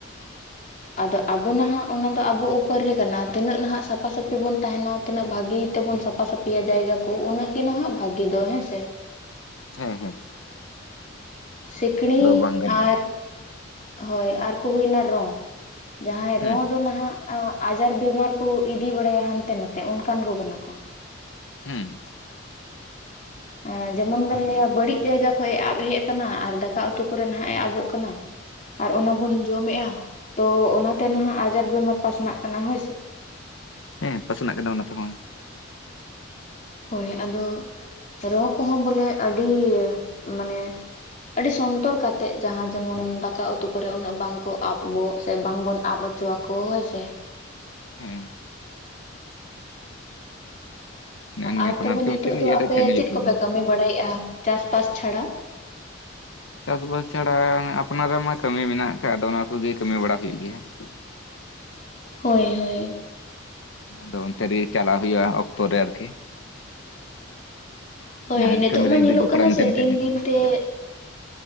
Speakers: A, on the left; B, on the left.
A: ᱟᱫᱚ ᱟᱵᱚ ᱱᱟᱦᱟᱜ ᱚᱱᱟ ᱫᱚ ᱟᱵᱚ ᱩᱯᱚᱨ ᱨᱮ ᱠᱟᱱᱟ ᱛᱤᱱᱟᱹᱜ ᱱᱟᱦᱟᱜ ᱥᱟᱯᱷᱟ ᱥᱟᱹᱯᱷᱤ ᱵᱚᱱ ᱛᱟᱦᱮᱱᱟ ᱼᱼ ᱛᱤᱱᱟᱹᱜ ᱵᱷᱟᱜᱤ ᱛᱮᱵᱚᱱ ᱥᱟᱯᱷᱟ ᱥᱟᱹᱯᱷᱤᱭᱟ ᱡᱟᱭᱜᱟ ᱠᱚ ᱩᱱᱟᱹᱜ ᱜᱮ ᱱᱟᱦᱟᱜ ᱵᱷᱟᱜᱤ ᱫᱚ ᱦᱮᱸ ᱥᱮ ᱾
B: ᱦᱮᱸ ᱦᱮᱸ ᱾
A: ᱥᱤᱸᱠᱲᱤᱡ
B: ᱵᱟᱝ ᱜᱟᱱᱚᱜᱼᱟ
A: ᱟᱨ ᱼᱼ ᱦᱳᱭ ᱟᱨ ᱠᱚ ᱦᱩᱭᱮᱱᱟ ᱨᱚᱸ ᱡᱟᱦᱟᱸᱭ
B: ᱦᱩᱸ
A: ᱨᱚᱸ ᱫᱚ ᱱᱟᱦᱟᱜ ᱼᱼ ᱟᱡᱟᱨ ᱵᱤᱢᱟᱨ ᱠᱩ ᱤᱫᱤ ᱵᱟᱲᱟᱭᱟ ᱦᱟᱱᱛᱮ ᱱᱟᱛᱮ ᱚᱱᱠᱟᱱ ᱠᱩ ᱠᱟᱱᱟ ᱠᱚ ᱾
B: ᱦᱩᱸ ᱾
A: ᱮᱸ ᱡᱮᱢᱚᱱ ᱵᱮᱱ ᱞᱟᱹᱭᱟ ᱵᱟᱹᱲᱤᱡ ᱼᱼ ᱡᱟᱭᱜᱟ ᱠᱷᱚᱡ ᱮ ᱟᱵ ᱦᱮᱡ ᱟᱠᱟᱱᱟ ᱟᱨ ᱫᱟᱠᱟ ᱩᱛᱩ ᱠᱚᱨᱮ ᱱᱟᱦᱟᱜ ᱮ ᱟᱵᱚᱜ ᱠᱟᱱᱟ ᱾ ᱟᱨ ᱚᱱᱟ ᱵᱚᱱ ᱡᱚᱢᱮᱜᱼᱟ ᱛᱚ ᱚᱱᱟᱛᱮ ᱱᱟᱦᱟᱜ ᱟᱡᱟᱨ ᱵᱮᱢᱟᱨ ᱯᱟᱥᱱᱟᱜ ᱠᱟᱱᱟ ᱦᱳᱭ ᱥᱮ ᱾
B: ᱦᱮᱸ ᱯᱟᱥᱱᱟᱜ ᱠᱟᱱᱟ ᱚᱱᱟ ᱛᱮᱦᱚᱸ ᱾
A: ᱦᱳᱭ ᱟᱫᱚ ᱨᱚᱸ ᱠᱚᱸᱦᱚ ᱵᱚᱞᱮ ᱟᱹᱰᱤ ᱢᱟᱱᱮ ᱼᱼ ᱟᱹᱰᱤ ᱥᱚᱱᱛᱚᱨ ᱠᱟᱛᱮᱫ ᱡᱟᱦᱟᱸ ᱡᱮᱢᱚᱱ ᱫᱟᱠᱟ ᱩᱛᱩ ᱠᱚᱨᱮ ᱩᱱᱟᱹᱜ ᱵᱟᱝ ᱠᱚ ᱟᱵᱚᱜ ᱥᱮ ᱵᱟᱝ ᱵᱚᱱ ᱟᱵ ᱦᱚᱪᱚ ᱟᱠᱚ ᱼᱼ ᱠᱚ ᱦᱳᱭ ᱥᱮ ᱾
B: ᱦᱮᱸ ᱾ ᱱᱮᱜᱼᱮ ᱱᱤᱭᱟᱹ
A: ᱟᱨ
B: ᱠᱷᱚᱱ
A: ᱛᱚᱵᱮ
B: ᱟᱨᱠᱤ
A: ᱱᱤᱛᱚᱜ
B: ᱢᱤᱫᱴᱮᱱ
A: ᱫᱚ
B: ᱤᱭᱟᱹᱨᱮ
A: ᱟᱯᱮ
B: ᱛᱟᱦᱮᱱ ᱦᱩᱭᱩᱜ
A: ᱪᱮᱫ
B: ᱛᱟᱵᱚᱱᱟ
A: ᱠᱚᱯᱮ ᱠᱟᱹᱢᱤ ᱵᱟᱲᱟᱭᱮᱜᱼᱟ ᱪᱟᱥ ᱵᱟᱥ ᱪᱷᱟᱲᱟ?
B: ᱪᱟᱥᱵᱟᱥ ᱪᱷᱟᱲᱟ ᱟᱯᱱᱟᱨᱟᱜ ᱢᱟ ᱠᱟᱹᱢᱤ ᱢᱮᱱᱟᱜ ᱟᱠᱟᱜ ᱟᱫᱚ ᱚᱱᱟ ᱠᱚᱜᱮ ᱠᱟᱹᱢᱤ ᱵᱟᱲᱟ ᱦᱩᱭᱩᱜ ᱜᱮᱭᱟ ᱾
A: ᱦᱳᱭ ᱦᱳᱭ ᱾
B: ᱫᱚ ᱚᱱᱛᱮ ᱨᱮ ᱜᱤ ᱪᱟᱞᱟᱜ ᱦᱩᱭᱩᱜᱼᱟ ᱚᱠᱛᱚ ᱨᱮ ᱟᱨᱠᱤ ᱾
A: ᱦᱳᱭ
B: ᱡᱟᱦᱟᱸ
A: ᱱᱤᱛᱳᱜ
B: ᱠᱟᱹᱢᱤ
A: ᱢᱟ
B: ᱨᱮ ᱡᱩᱫᱤ
A: ᱧᱮᱞᱚᱜ
B: ᱡᱚᱯᱲᱟᱣ
A: ᱠᱟᱱᱟ
B: ᱮᱢ
A: ᱥᱮ
B: ᱛᱟᱦᱮᱱ
A: ᱫᱤᱱ
B: ᱠᱷᱟᱡ ᱦᱮᱸ
A: ᱫᱤᱱᱛᱮ ᱼᱼ